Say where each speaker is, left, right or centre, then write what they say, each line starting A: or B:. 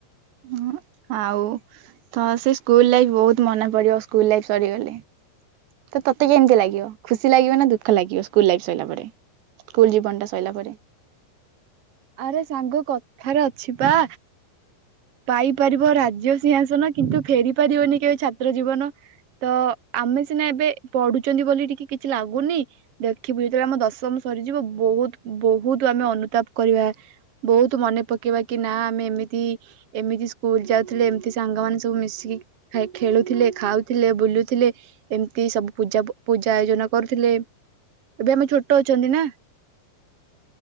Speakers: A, on the right; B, on the right.
A: ହ ଆଉ ତ ସେ ସ୍କୁଲ ଲାଇଫ ବହୁତ ମନ ପଡିବ ସ୍କୁଲ ଲାଇଫ ସରିଗଲେ ତ ତତେ କି ଏମିତି ଲାଗିବ ଖୁସି ଲାଗିବ ନା ଦୁଃଖ ଲାଗିବ ସ୍କୁଲ ଲାଇଫ ସରିଲା ପରେ ସ୍କୁଲ ଜୀବନ ଟା ସରିଲ ପରେ
B: ଆରେ ସାଙ୍ଗ କଥାରେ ଅଛି ବା ପାଇପାରିବ ରାଜ୍ୟ ସିଂହାସନ କିନ୍ତୁ ଫେରି ପାରିବନି କେବେ ଛାତ୍ର ଜୀବନ ତ ଆମେ ସିନା ଏବେ ପଢୁଛନ୍ତି ବୋଲି ଟିକେ କିଛି ଲାଗୁନି ଦେଖିବୁ ଯେତେବେଳେ ଆମ ଦଶମ ସରିଯିବ ବହୁତ ବହୁତ ଆମେ ଅନୁତାପ କରିବା ବହୁତ ମନେ ପକେଇବା କି ନା ଆମେ ଏମିତି ଏମିତି ସ୍କୁଲ ଯାଉଥିଲେ ଏମିତି ସାଙ୍ଗମାନୋନ ସବୁ ମିଶିକି ଖେଳୁଥିଲେ ଖାଉଥିଲେ ବୁଲୁଥିଲେ ଏମିତି ସବୁ ପୂଜା ପୂଜା ଆୟୋଜନ କରୁଥିଲେ ଏବେ ଆମେ ଛୋଟ ଅଛନ୍ତି ନା